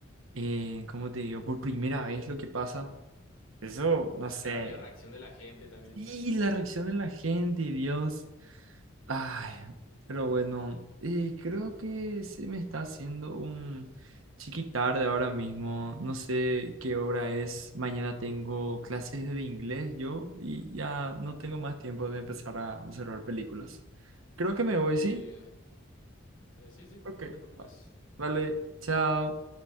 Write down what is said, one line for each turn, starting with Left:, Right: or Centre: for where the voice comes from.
Right: eh, ¿cómo te digo? Por primera vez lo que pasa. Eso, no sé.
Left: Claro, y la reacción de la gente también.
Right: Sí, la reacción de la gente, Dios. Ay, pero bueno, eh, creo que se me está haciendo un chiqui tarde ahora mismo. No sé qué hora es. Mañana tengo clases de inglés yo y ya no tengo más tiempo de empezar a observar películas. Creo que me
Left: Sí,
Right: voy,
Left: eh,
Right: ¿sí?
Left: sí, sí,
Right: Ok.
Left: no te preocupes.
Right: Vale, chao.